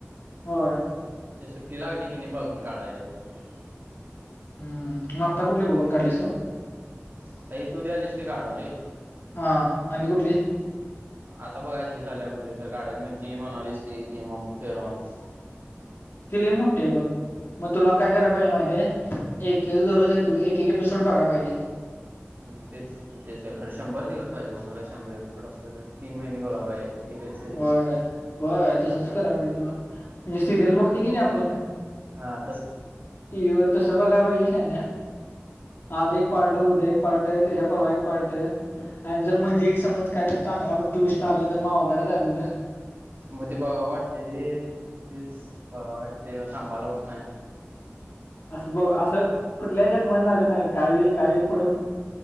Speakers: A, on the left; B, on the right.
A: होय.
B: अशी सुट्टी लागली की नाही बघून काढाय बघ म्हणजे
A: हम्म मग आत्ता कुठली बघून काढलीस तू?
B: आता हे तू द्यालीस ते काढलोय.
A: हा आणि कुठली
B: आता बघायची झाल्या कुठली तर. काढाय ती म्हणालीच ती गेम ऑफ थेरॉन्स.
A: ती लई मोठी आहे बघ. मग तुला काय कराय पाहिजे माहिती आहे एक- एक दररोज एक -एक एपिसोड बघाय पाहिजे.
B: हम तेच तेच काय खरं शंभर दिवस पाहिजे मग खरं शंभर एपिसोड असलं तर तीन महिने बघाय पाहिजे. एकच सिरीज.
A: होय होय तसच कराय पाहिजे तुला म्हणजे सिरियल बघते किणाय आपण.
B: हां
A: टीव्हीवर तसं बघायला पाहिजे शहाण्या. आज एक पार्ट आहे उद्या एक पार्ट आहे त्याच्या परवा एक पार्ट आहे. आणि जर मध्ये एक समज कायतर चांगला पण ट्वेस्ट आला तर मग अवघडच आहे तुझ.
B: मग ते बघावं वाटते रे तेच बघाव वाटते थांबाला होत नाही.
A: असं बघ असं कुठल्याच्यात मन लागत नाही काय होईल काय होईल पुढ.